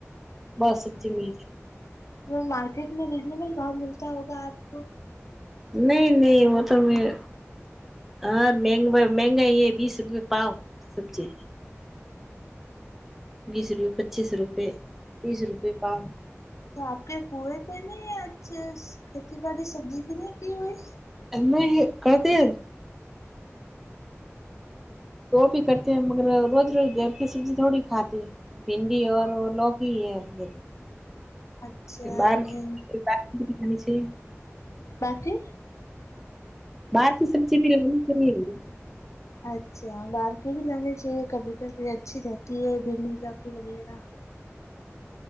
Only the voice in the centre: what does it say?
بس سبزی ملی
نہیں نہیں وہ تو میں ہاں مہگ مہنگا یہ بھی سبزی پاؤ سبزی بیس روپے پچیس روپے تیس روپئے پاؤ
ایم اے ہیں کرتے اد وہ بھی کرتے ہیں مگر روز روز گھر کی سبزی تھوڑی کھاتے ہے بھنڈی اور لوک ہی ہے اب میں کو
پھر بار
پھر بار تھی اتنی سی
باہر کی سبزی بھی ریگولر فریر ہوگی